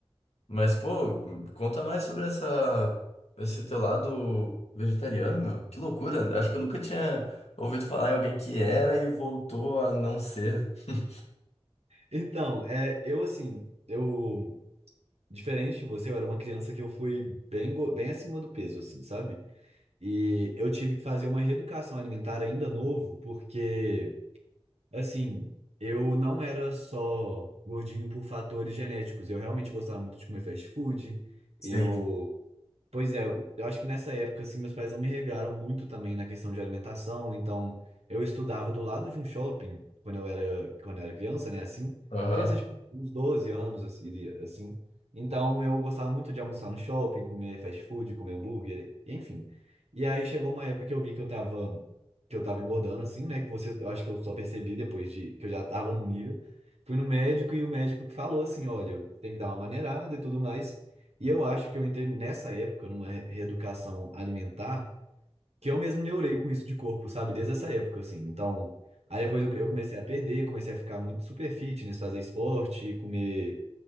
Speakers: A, on the left; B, on the right.
A: Mas, pô, conta mais sobre essa, esse teu lado vegetariano, meu. Que loucura, acho que eu nunca tinha ouvido falar em alguém que era e voltou a não ser. né? <laughs>
B: Então, é, eu assim, eu, diferente de você, eu era uma criança que eu fui bem, go- bem acima do peso, assim, sabe? E eu tive que fazer uma reeducação alimentar ainda novo, porque Assim, eu não era só gordinho por fatores genéticos. Eu realmente gostava muito de comer fast food.
A: Sim.
B: Eu Pois é, eu eu acho que nessa época, assim, meus pais não me regraram muito também na questão de alimentação, então eu estudava do lado de um shopping quando eu era, quando eu era criança, né, assim,
A: Aham.
B: criança de uns 12 anos, assim, de- assim. então eu gostava muito de almoçar no shopping, comer fast food, comer hambúrguer, enfim. E aí chegou uma época que eu vi que eu tava, que eu tava engordando, assim, né, que você, eu acho que eu só percebi depois de, que eu já tava num nível, fui no médico e o médico falou assim, olha, tem que dar uma maneirada e tudo mais, e eu acho que eu entrei nessa época numa re- reeducação alimentar, que eu mesmo neurei com isso de corpo, sabe? Desde essa época, assim. Então, aí depois eu, eu comecei a perder, comecei a ficar muito super fitness, fazer esporte, comer,